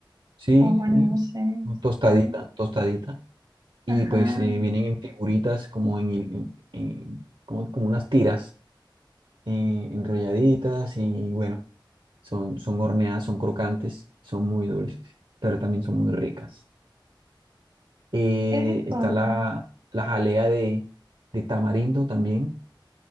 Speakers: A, on the right; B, on the right.
A: Sí,
B: O bueno,
A: sí,
B: no sé.
A: no, tostadita,
B: sí.
A: tostadita. Y
B: Ajá,
A: pues eh, vienen en figuritas como en, en- en- como, como unas tiras eh, enrolladitas y bueno, son, son horneadas, son crocantes, son muy dulces, pero también son muy ricas. Eh,
B: qué rico.
A: está la, la jalea de, de tamarindo también,